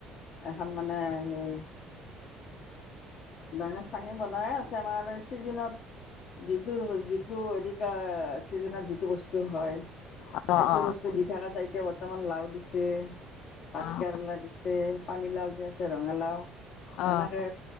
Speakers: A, on the left (about 50°); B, on the left (about 70°).
A: এহান মানে সেই ডাঙৰ চাঙি বনাই আছে আমাৰ চিজনত যিটো যিটো হেৰি কা ছিজনত যিটো বস্তু হয়
B: অ',
A: সেইটো
B: অ',
A: বস্তু দি থাকা যায় এতিয়া বৰ্তমান লাও দিছে ভাত
B: অ',
A: কেৰেলা দিছে পানীলাও যে আছে ৰঙালাও
B: অ',
A: এনেকে